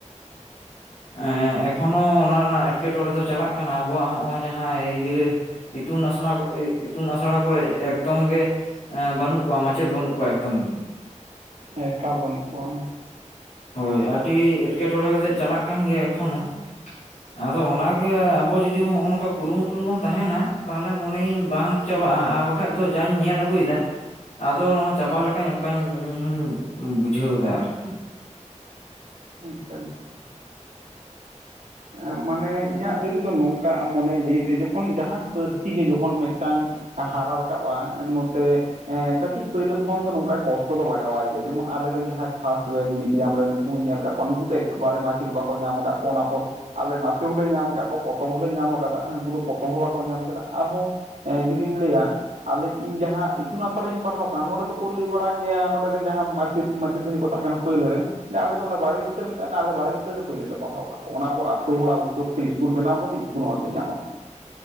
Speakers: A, on the right; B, on the left.
A: <inaudible>
B: ᱮᱸ ᱮᱠᱷᱚᱱᱚ ᱚᱱᱟ ᱨᱮᱱᱟᱜ ᱮᱸᱴᱠᱮᱴᱚᱬᱮ ᱫᱚ ᱪᱟᱞᱟᱜ ᱠᱟᱱᱟ ᱟᱵᱚᱣᱟᱜ ᱦᱚᱸᱜᱼᱚᱭ ᱡᱟᱦᱟᱸᱭ ᱤᱭᱟᱹ ᱤᱛᱩᱱ ᱟᱥᱱᱟ ᱤᱛᱩᱱ ᱟᱥᱲᱟ ᱠᱚᱨᱮ ᱮᱠᱫᱚᱢ ᱜᱮ ᱮᱸ ᱵᱟᱹᱱᱩᱜ ᱠᱚᱣᱟ ᱢᱟᱪᱮᱫ, ᱵᱟᱹᱱᱩᱜ ᱠᱚᱣᱟ ᱮᱠᱫᱚᱢ ᱜᱮ ᱾
A: ᱦᱮᱸ ᱮᱠᱟᱞ ᱵᱟᱹᱱᱩᱜ ᱠᱚᱣᱟ ᱾
B: ᱦᱳᱭ ᱟᱰᱤ ᱮᱸᱴᱠᱮᱴᱚᱬᱮ ᱠᱟᱛᱮᱜ ᱪᱟᱞᱟᱜ ᱠᱟᱱ ᱜᱮᱭᱟ ᱮᱠᱷᱚᱱᱚ ᱾ ᱟᱫᱚ ᱚᱱᱟᱜᱮ ᱟᱵᱚ ᱡᱩᱫᱤ ᱦᱚᱜᱼᱚ ᱱᱚᱝᱠᱟ ᱠᱩᱨᱩᱢᱩᱴᱩ ᱨᱮᱵᱚᱱ ᱛᱟᱦᱮᱱᱟ ᱛᱟᱦᱚᱞᱮ ᱢᱚᱱᱮᱭᱤᱧ ᱵᱟᱝ ᱪᱟᱵᱟᱜᱼᱟ ᱟ ᱵᱟᱠᱷᱟᱡ ᱫᱚ ᱡᱟᱧ ᱧᱮᱞ ᱟᱹᱜᱩᱭᱮᱫᱟ ᱟᱫᱚ ᱚᱸᱻ ᱪᱟᱵᱟ ᱞᱮᱠᱷᱟᱧ ᱚᱝᱠᱟᱧ ᱤᱧᱦᱩᱧ ᱵᱩᱡᱷᱟᱹᱣ ᱮᱫᱟ ᱟᱨᱠᱤ ᱾
A: ᱟᱪᱪᱷᱟ ᱟᱪᱪᱷᱟ ᱾ ᱮᱸᱜ ᱢᱟᱱᱮ ᱤᱧᱟᱹᱜ ᱞᱟᱹᱭ ᱛᱮᱫᱚ ᱱᱚᱝᱠᱟ ᱟ ᱢᱚᱱᱮᱭ ᱫᱤᱭ ᱛᱮ ᱡᱚᱠᱷᱚᱱ ᱡᱟᱦᱟᱱ ᱯᱟᱹᱨᱥᱤ ᱜᱮ ᱡᱚᱠᱷᱚᱱ ᱢᱤᱫᱴᱟᱝ ᱦᱟᱨᱟ ᱨᱟᱠᱟᱵᱼᱟ ᱮ ᱱᱚᱛᱮ ᱠᱟᱹᱴᱤᱡ ᱯᱳᱭᱞᱳ ᱠᱷᱚᱱ ᱫᱚ ᱱᱚᱝᱠᱟ ᱠᱚᱥᱴᱚ ᱫᱚ ᱞᱟᱜᱟᱣᱟᱭ ᱜᱮᱭᱟ ᱡᱮᱢᱚᱱ ᱟᱞᱮᱨᱮᱱ ᱡᱟᱦᱟᱸᱭ ᱯᱷᱟᱥᱴ ᱵᱷᱮᱡᱽ ᱢᱤᱰᱤᱭᱟᱢ ᱨᱮ ᱱᱩᱠᱩ ᱧᱮᱞ ᱠᱟᱜ ᱩᱱᱠᱩ ᱛᱚ ᱮᱠᱵᱟᱨᱮ ᱢᱟᱪᱮᱫ ᱵᱟᱠᱚ ᱧᱟᱢ ᱟᱠᱟᱫ ᱠᱚ ᱚᱱᱟ ᱯᱚᱨ ᱟᱞᱮ ᱱᱟᱥᱮ ᱦᱚᱸ ᱞᱮ ᱧᱟᱢ ᱟᱠᱟᱫ ᱠᱚ ᱯᱚᱛᱚᱵ ᱦᱚᱸᱞᱮ ᱧᱟᱢ ᱟᱠᱟᱫᱟ ᱩᱱᱠᱩ ᱫᱚ ᱯᱚᱛᱚᱵ ᱦᱚᱸ ᱵᱟᱠᱚ ᱧᱟᱢ ᱠᱟᱫᱟ ᱟᱨᱦᱚ ᱮᱸ ᱡᱩᱫᱤᱢ ᱞᱟᱹᱭᱟ ᱟᱞᱮ ᱤᱧ ᱡᱟᱦᱟᱸ ᱤᱛᱩᱱ ᱟᱥᱲᱟ ᱨᱤᱧ ᱯᱟᱲᱦᱟᱣ ᱠᱟᱱᱟ ᱱᱚᱰᱮ ᱫᱚᱠᱚ ᱞᱟᱹᱭ ᱵᱟᱲᱟ ᱜᱮᱭᱟ ᱱᱚᱰᱮᱱ ᱡᱟᱦᱟᱸ ᱢᱟᱪᱮᱫ ᱢᱟᱪᱮᱛᱟᱹᱱᱤ ᱠᱚ ᱛᱟᱦᱮᱸ ᱠᱟᱱᱟ ᱯᱳᱭᱞᱳ ᱨᱮ ᱞᱮ ᱟᱞᱮ ᱫᱚ ᱚᱱᱟ ᱵᱟᱲᱮ ᱵᱩᱴᱟᱹ ᱢᱤᱫᱴᱟᱝ ᱟᱞᱮ ᱵᱟᱲᱮ ᱵᱩᱴᱟᱹ ᱨᱮ ᱯᱳᱭᱞᱳ ᱞᱮ ᱯᱟᱲᱦᱟᱣ ᱠᱟᱜ ᱠᱚᱣᱟ ᱚᱱᱟ ᱯᱚ ᱟᱛᱳ ᱦᱚᱲᱟᱜ ᱩᱫᱽᱫᱳᱜᱽ ᱛᱮ ᱤᱥᱠᱩᱞ ᱵᱮᱱᱟᱣ ᱠᱟᱛᱮ ᱤᱥᱠᱩᱞ ᱦᱚᱸᱚᱭ ᱯᱮ ᱧᱟᱢ ᱟᱠᱟᱫᱟ ᱾